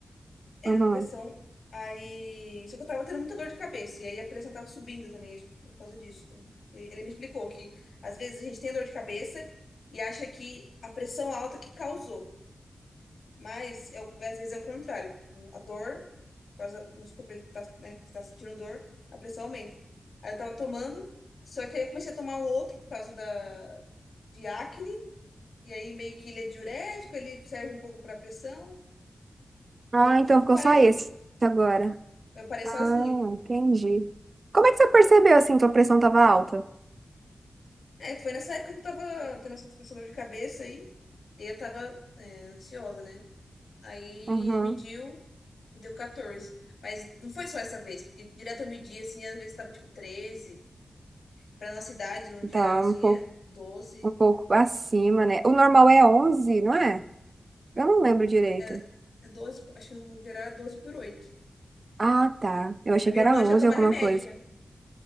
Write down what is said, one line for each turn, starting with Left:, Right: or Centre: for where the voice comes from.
Left: Era
Right: Uhum.
Left: pra pressão. Aí, só que eu tava tendo muita dor de cabeça, e aí a pressão tava subindo também, acho que por causa disso. Então, Ele ele me explicou que, às vezes, a gente tem dor de cabeça e acha que a pressão alta que causou. Mas eu, às vezes é o contrário. A dor, por causa, vamos supor, ele tá, né, tá sentindo dor, a pressão aumenta. Aí eu tava tomando, só que aí eu comecei a tomar um outro por causa da, de acne, e aí meio que ele é diurético, ele serve um pouco pra pressão. Aí
Right: Ah,
Left: no
Right: então
Left: fim eu
Right: ficou
Left: parei
Right: só
Left: o
Right: esse
Left: outro.
Right: agora.
Left: Eu parei sozinha.
Right: Ah, entendi. Como é que você percebeu assim que a pressão estava alta?
Left: É, foi nessa época que eu tava tendo essa, essa dor de cabeça aí, e eu tava, é, ansiosa, né? Aí
Right: Uhum.
Left: ele mediu e deu 14. Mas não foi só essa vez, porque direto eu medi assim, às vezes tava tipo treze para nossa idade, no geral,
Right: Tá
Left: assim,
Right: um pouco,
Left: é doze
Right: um pouco acima, né? O normal é onze não é? Eu não lembro direito.
Left: É, é 12, acho que no geral é 12 por oito
Right: Ah, tá. Eu achei
Left: A minha
Right: que era
Left: irmã
Right: 11
Left: já toma
Right: alguma
Left: remédio
Right: coisa.
Left: já,